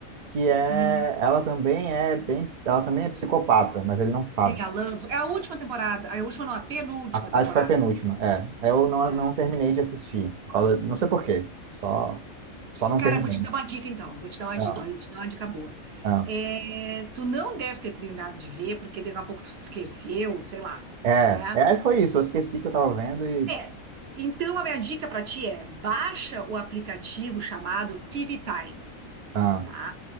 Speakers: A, on the right; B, on the right.
A: que é,
B: hum.
A: ela também é bem, ela também é psicopata, mas ele não sabe.
B: Sim, a Love. É a última temporada. A última não, a penúltima
A: A-
B: temporada.
A: acho que foi a penúltima. É, eu não,
B: É.
A: não terminei de assistir, por causa- não sei por quê. Só, só não
B: Cara,
A: terminei.
B: eu vou te dar uma dica então. Vou te dar uma
A: Ah,
B: dica, mas eu te dar uma dica boa.
A: ah.
B: É, tu não deve ter terminado de ver, porque daqui a pouco tu esqueceu, sei lá,
A: é,
B: né?
A: é, foi isso. Eu esqueci que eu tava vendo e.
B: É. Então, a minha dica para ti é: baixa o aplicativo chamado TV Time,
A: Ah,
B: tá?